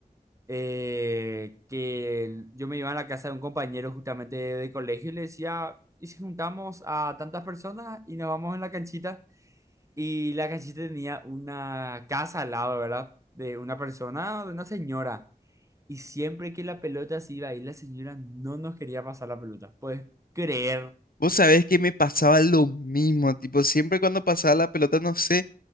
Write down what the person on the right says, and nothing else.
eh, que yo me iba a la casa de un compañero justamente de, de colegio y le decía, ¿y si juntamos a tantas personas y nos vamos en la canchita? Y la canchita tenía una casa al lado, ¿verdad? De una persona, de una señora. Y siempre que la pelota se iba a ir, la señora no nos quería pasar la pelota. Puedes creer.